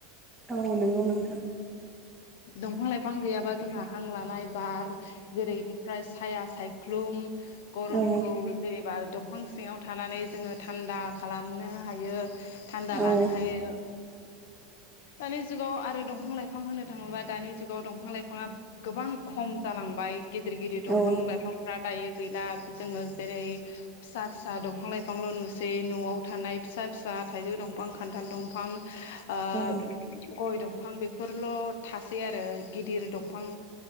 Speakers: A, in the centre; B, on the left.
A: औ नंगौ नोंथां।
B: दंफां लाइफां गैयाबा जोंहा हां लानाय बार जेरैनिफ्राय साया सायख्लुम गरमखौ
A: औ
B: जेरनिबा दंफां सिङाव थानानै जोङो थान्दा खालामनो हायो। थान्दा
A: औ
B: लानो हायो दानि जुगाव आरो दंफां लाइ फां होनो थाङोब्ला दानि जुगाव दंफां लाइफाङा गोबां खम जालांबाय। गिदिर गिदिर दंफां
A: औ
B: लाइफांफ्रा दायो गैला जोङो जेरै फिसा फिसा दंफां लाइफांल नुसै नआव थानाय फिसा फिसा थाइजौ दंफां खान्थाल दंफां ओ
A: औ
B: गय दंफां बेब फोरल थासै आरो गिदिर दंफां